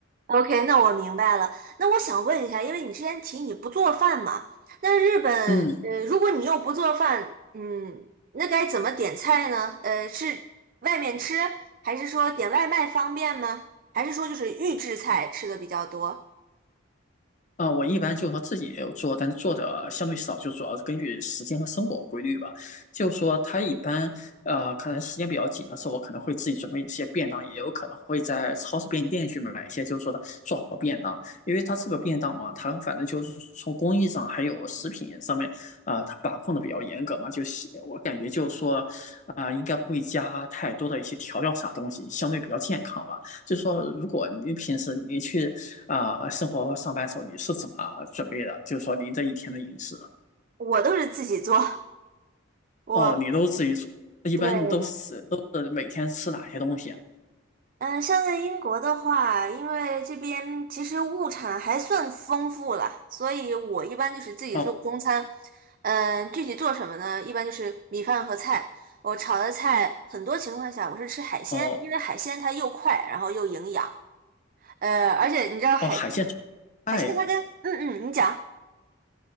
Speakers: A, on the right; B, on the left.
A: ，OK，那我明白了。那我想问一下，因为你之前提你不做饭嘛，那日本，
B: 嗯，
A: 呃，如果你又不做饭，嗯，那该怎么点菜呢？呃，是外面吃，还是说点外卖方便吗？还是说就是预制菜吃的比较多？
B: 啊、呃我一般就是说自己也有做，但是做的相对少，就主要是根据时间和生活规律吧。就是说他一般，呃，可能时间比较紧的时候，我可能会自己准备一些便当，也有可能会在超市便利店去买一些，就是说的做好便当。因为他这个便当嘛，他反正就是从工艺上还有食品上面，啊、他呃，把控的比较严格嘛，就是我感觉就是说，啊、呃应该不会加太多的一些调料啥东西，相对比较健康吧。就是说，如果你平时你去啊，生活上班时候你是怎么准备的？就是说您这一天的饮食，
A: 我都是自己做，我
B: 哦，你都自己做，一般你都是都是每天吃哪些东西啊？
A: 对对对，嗯，像在英国的话，因为这边其实物产还算丰富了，所以我一般就是自己做中餐。
B: 哦
A: 嗯，具体做什么呢？一般就是米饭和菜。我炒的菜很多情况下我是吃海鲜，
B: 哦
A: 因为海鲜它又快，然后又营养。呃，而且你知道海鲜，
B: 哦，海鲜做快呀，
A: 海鲜它跟嗯嗯，你讲，